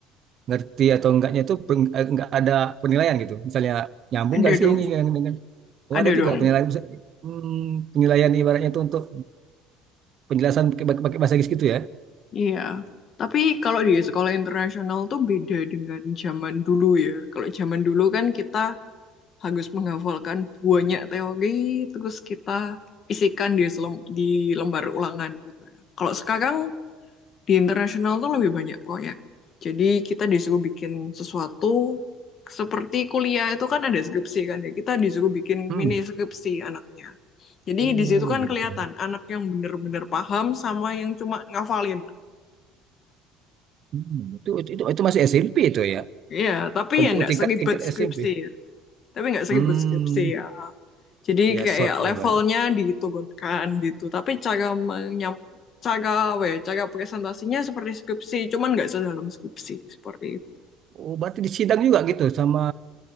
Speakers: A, on the right; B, on the left.
A: ngerti atau enggaknya itu peng- eh, enggak ada penilaian gitu. Misalnya nyambung
B: ada
A: enggak
B: dong,
A: sih ini dengan dengan
B: ada
A: oh ada
B: dong.
A: juga penilaian bisa- hmm, penilaian ibaratnya itu untuk penjelasan pakai pakai- bahasa Inggris gitu ya.
B: Iya. Tapi kalau di sekolah internasional tuh beda dengan zaman dulu ya. Kalau zaman dulu kan kita harus menghafalkan banyak teori terus kita isikan di selem- di lembar ulangan gitu ya. Kalau sekarang di internasional tuh lebih banyak proyek. Jadi kita disuruh bikin sesuatu seperti kuliah itu kan ada skripsi kan ya. Kita disuruh bikin
A: Hmm.
B: mini skripsi anaknya. Jadi
A: Oh
B: di situ kan
A: gitu.
B: kelihatan anak yang benar-benar paham sama yang cuma ngafalin.
A: Hmm. Itu, itu itu itu masih SMP itu ya.
B: Iya, tapi
A: Untuk
B: ya enggak
A: tingkat
B: seribet
A: tingkat
B: skripsi
A: SMP.
B: tapi nggak seribut
A: Hmm.
B: skripsi ya. Jadi
A: Ya
B: kayak
A: short ya
B: levelnya
A: Bang.
B: diturunkan gitu. Tapi cara menyam, cara apa ya, cara presentasinya seperti skripsi, cuman nggak sedalam skripsi seperti itu.
A: Oh berarti disidang juga gitu sama